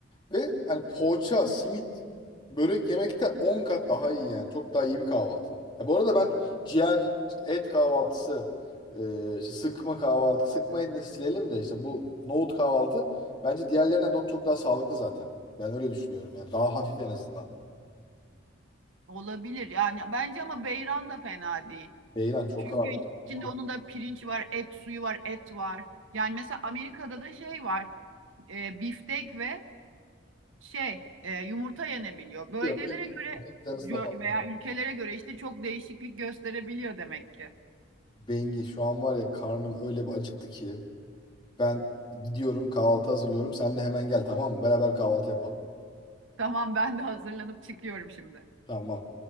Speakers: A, on the left; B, on the right.
A: Ve hani poğaça, simit, börek yemekten 10 kat daha iyi yani. Çok daha iyi bir kahvaltı. Ya bu arada ben ciğer, işte et kahvaltısı, e, işte sıkma kahvaltı, sıkmayı da silelim de işte bu nohut kahvaltı bence diğerlerinden çok çok daha sağlıklı zaten. Ben öyle düşünüyorum yani. Daha hafif en azından.
B: olabilir. Yani bence ama beyran da fena değil.
A: Beyran çok
B: Çünkü
A: ağır.
B: içinde
A: Kurtuyor.
B: onun da pirinç var, et suyu var, et var. Yani mesela Amerika'da da şey var. e, biftek ve şey e, yumurta yenebiliyor. Bölgelere
A: Mc-
B: göre
A: McDonald's'la
B: gö-
A: falan
B: veya
A: bu arada.
B: ülkelere göre işte çok değişiklik gösterebiliyor demek ki.
A: Bengi şu an var ya karnım öyle bir acıktı ki. Ben gidiyorum kahvaltı hazırlıyorum. Sen de hemen gel tamam mı? Beraber kahvaltı yapalım.
B: Tamam ben de hazırlanıp çıkıyorum şimdi.
A: Tamam.